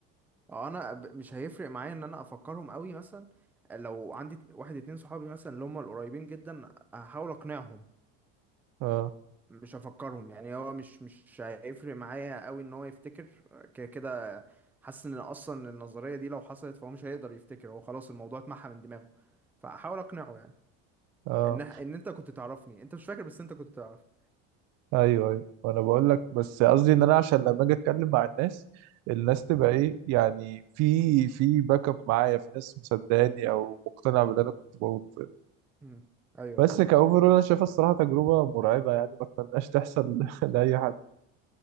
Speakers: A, in the centre; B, on the right.
A: اه انا ب- مش هيفرق معايا ان انا افكرهم قوي مثلا لو عندي ات- واحد اتنين صحابي مثلا اللي هم القريبين جدا هحاول اقنعهم
B: اه
A: مش هفكرهم يعني هو مش مش هيفرق معايا قوي ان هو يفتكر كده كده حاسس ان اصلا النظريه دي لو حصلت فهو مش هيقدر يفتكر هو خلاص الموضوع اتمحى من دماغه فاحاول اقنعه يعني
B: اه
A: ان ان انت كنت تعرفني انت مش فاكر بس انت كنت تعرفني
B: ايوه ايوه وانا بقول لك بس قصدي ان انا عشان لما اجي اتكلم مع الناس الناس تبقى ايه يعني في في باك اب معايا في ناس مصدقاني او مقتنعه باللي انا كنت بقوله فاهم؟
A: مم. ايوه
B: بس
A: فهمت
B: كاوفرول انا شايفها الصراحه تجربه مرعبه يعني ما اتمناش تحصل <laughs> لاي حد